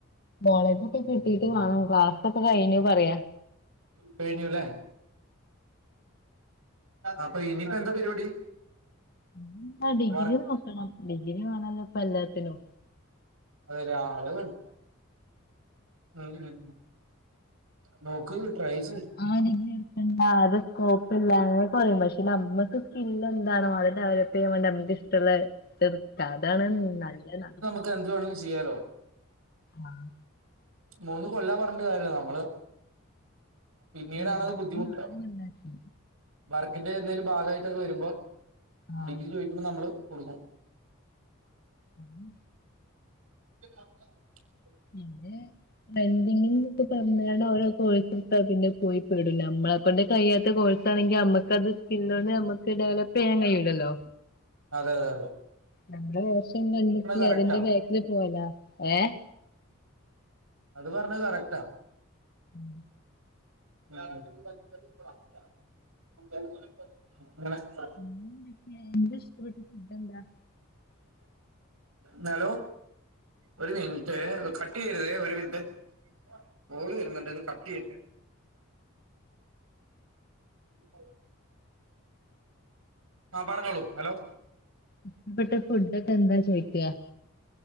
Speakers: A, on the left; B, on the right.
A: കോളേജൊക്കെ കിട്ടീട്ട് വാണം ക്ലാസ് ഒക്കെ കഴിഞ്ഞു പറയാ
B: കഴിഞ്ഞുല്ലേ അപ്പ ഇനിപ്പെന്താ പരിപാടി
A: ഉം ആഹ് ഡിഗ്രി
B: വർക്ക്
A: നോക്കണം ഡിഗ്രി വേണല്ലോ ഇപ്പ എല്ലാത്തിനും
B: അതെ ആഹ് അത് വേണം <unintelligible> നോക്ക് ട്രൈ ചെയ്ത്
A: ആഹ് ഡിഗ്രി എട് ക്കണ്ടാ അത് സ്കോപ്പില്ല അങ്ങനൊക്കെ പറയും പക്ഷെ നമ്മക്ക് സ്കില്ല് എന്താണോ അത് ഡെവലപ്പ് ചെയ്യാൻ വേണ്ടി നമക്ക് ഇഷ് ട്ടള്ളെ ഇത്ട്ക്കാ അതാണ് നല്ലതാ
B: റ്റ് എന്ത് വേണേലും ചെയ്യാലോ
A: ആഹ്
B: മൂന്ന് കൊല്ലാ പറഞ്ഞിട്ട് കാര്യല്ല നമ്മള് പിന്നീടാണത്
A: ഉം.
B: ബുദ്ധിമുട്ട
A: നാല് കൊല്ലാക്കി
B: വർക്കിന്റെ എന്തേലും ഭാഗായിട്ടൊക്കെ വരുമ്പോ
A: ആ
B: ഡിഗ്രി ചോദിക്കുമ്പോ നമ്മള് കുട്ങ്ങും
A: അയ്ന്
B: <unintelligible>
A: പിന്നെ റെന്റിങ്ങ് എന്നൊക്കെ പറഞാല് ഓരോ കോഴ്സെടുത്താ പിന്നെ പോയി പെടും ഞമ്മളെ ക്കൊണ്ട് കഴിയാത്ത കോഴ്സ് ആണെങ്കി അമ്മക്കത് സ്കില്ലോണ്ട് നമ്മക്ക് ഡെവലപ്പ് ചെയ്യാൻ കഴിയൂലല്ലോ
B: അതെ അതെ അതെ
A: നമ്മടെ ഫാഷൻ കണ്ടെത്തി
B: കറക്റ്റാ
A: അതിന്റെ ബേക്കില് പോവലാ ഏഹ്
B: അത് പറ്ഞ്ഞെ കറക്റ്റാ
A: ഉം
B: ഉം <unintelligible>
A: പിന്നെ എന്തെക്കെ എന്താ ഇഷ്ടപ്പെട്ട ഫുഡ് എന്താ
B: നലോ ഒരു മിൻറ്റേ കട്ട് ചെയ്യരുതെ ഒരു മിൻറ്റ് കോള് വരുന്നുണ്ട് അത് കട്ട് ചെയ്യട്ടെ ഇപ്പോ ആഹ് പറഞ്ഞോളൂ ഹലോ
A: ഇഷ്ട്ടപ്പെട്ട ഫുഡൊക്കെ എന്താ ചോയ്ക്കാ